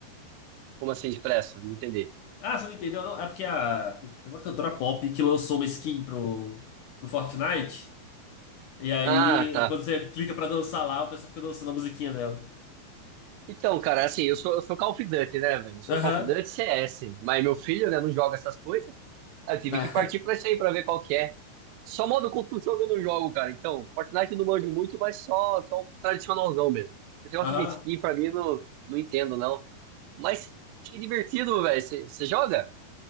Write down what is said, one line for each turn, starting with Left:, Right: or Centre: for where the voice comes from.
Right: Como assim, depressa? Não entendi.
Left: Ah, você não entendeu, não? É porque a, tem uma cantora pop que lançou uma skin pro, pro Fortnite. E aí,
Right: Ah, tá.
Left: quando você clica pra dançar lá, o pessoal fica dançando a musiquinha dela.
Right: Então, cara, assim, eu sou, eu sou Call of Duty, né, velho? Eu sou
Left: Aham.
Right: Call of Duty CS. Mas meu filho, né, não joga essas coisas. Aí Eu tive
Left: Né?
Right: que partir pra isso aí, pra ver qual que é. Só modo construção que eu não jogo, cara. Então, Fortnite eu não manjo muito, mas só, só o tradicionalzão mesmo. Esse negócio
Left: <laughs> Aham.
Right: de skin, pra mim, eu não, não entendo, não. Mas que divertido, velho. Você joga?